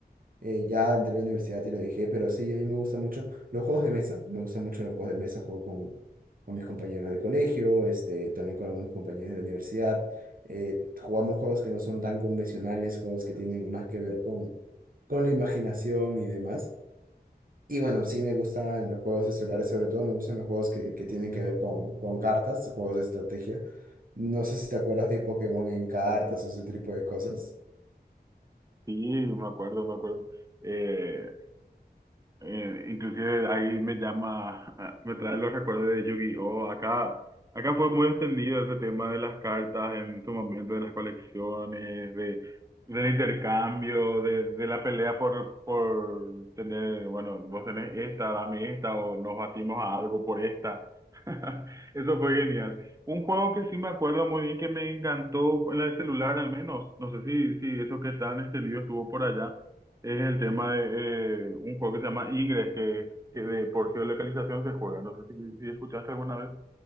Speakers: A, on the right; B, on the right.
A: Eh, ya entré a la universidad y lo dejé, pero sí, a mí me gustan mucho los juegos de mesa. Me gustan mucho los juegos de mesa. Juego con, con mis compañeros de colegio, este, también con algunos compañeros de la universidad. Eh, jugamos juegos que no son tan convencionales, juegos que tienen más que ver con, con la imaginación y demás. Y bueno, sí me gustan los juegos de celulares, sobre todo me gustan los juegos que, que tienen que ver con, con cartas, juegos de estrategia. No sé si te acuerdas de Pokémon en cartas o ese tipo de cosas.
B: Sí, me acuerdo, me acuerdo. Eh, eh, inclusive ahí me llama, ah, me trae los recuerdos de Yu-Gi-Oh! Acá, acá fue muy extendido ese tema de las cartas en su momento, de las colecciones, de, del intercambio, de, de la pelea por, por tener, bueno, vos tenés esta, dame esta, o nos batimos a algo por esta. <laughs> Eso fue genial. Un juego que sí me acuerdo muy bien que me encantó en el celular al menos. No sé si, si eso que tan extendido estuvo por allá es el tema de eh, un juego que se llama Ingress, que, que de por sí de localización se juega. No sé si, si escuchaste alguna vez.